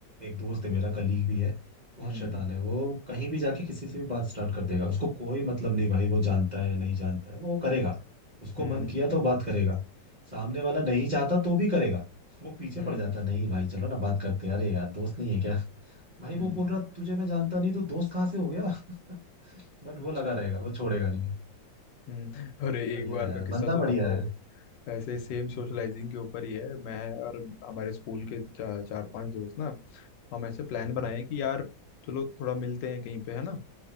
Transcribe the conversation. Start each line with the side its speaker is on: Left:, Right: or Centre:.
Right: एक दोस्त है मेरा कलीग भी है बहुत
Left: हम्म
Right: शैतान है वो कहीं भी जाके किसी से भी बात स्टार्ट कर देगा उसको कोई मतलब नहीं भाई वो जानता है नहीं जानता है वो करेगा उसको
Left: हम्म
Right: मन किया तो बात करेगा सामने वाला नहीं चाहता तो भी करेगा वो पीछे
Left: हम्म
Right: पड़ जाता है, नहीं भाई चलो ना बात करते हैं अरे यार दोस्त नहीं है क्या भाई वो
Left: हम्म
Right: बोल रहा तुझे मैं जानता नहीं तो दोस्त कहाँ से हो गया <laughs> बट
Left: अच्छा
Right: वो लगा रहेगा वो छोड़ेगा नहीं
Left: हम्म अरे
Right: बढ़िया
Left: एक बार
Right: है यार
Left: का किस्सा
Right: बंदा
Left: सुनाता
Right: बढ़िया
Left: हूँ
Right: है
Left: ऐसे सेम सोशलाइजिंग
Right: हम्म,
Left: के ऊपर ही है मैं और हमारे स्कूल के चा, चार पांच दोस्त ना हम ऐसे प्लान बनाए कि यार चलो थोड़ा मिलते हैं कहीं पे है ना